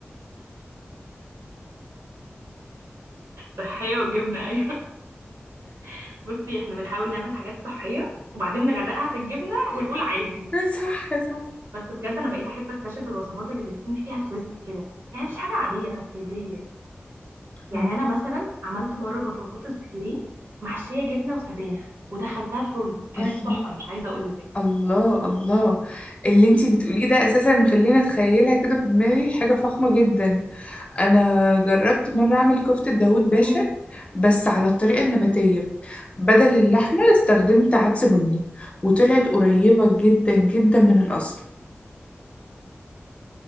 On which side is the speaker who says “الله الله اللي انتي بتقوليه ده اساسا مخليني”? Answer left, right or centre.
Left